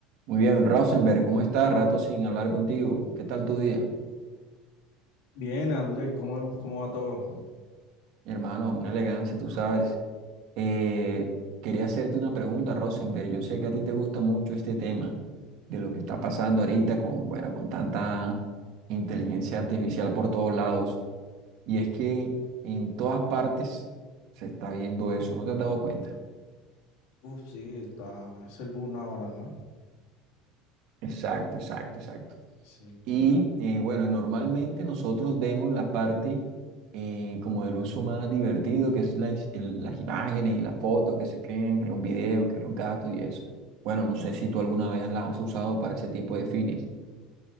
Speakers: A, on the right (about 70°); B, on the left (about 85°).
A: Muy bien, Rosenberg, ¿cómo estás? Rato sin hablar contigo. ¿Qué tal tu día?
B: Bien, Andrés, ¿cómo, cómo va todo?
A: Mi hermano, una elegancia, tú sabes. Eh, quería hacerte una pregunta, Rosenberg. Yo sé que a ti te gusta mucho este tema de lo que está pasando ahorita con, bueno, con tanta inteligencia artificial por todos lados. Y es que en todas partes se está viendo eso, ¿no te has dado cuenta?
B: Uf, sí, está, es el boom ahora, ¿no?
A: Exacto, exacto, exacto.
B: Es el boom.
A: Y eh, bueno, normalmente nosotros vemos la parte eh, como del uso más divertido, que es la is- el- las imágenes, las fotos que se crean, que los videos, que los gatos y eso. Bueno, no sé si tú alguna vez la has usado para ese tipo de fines.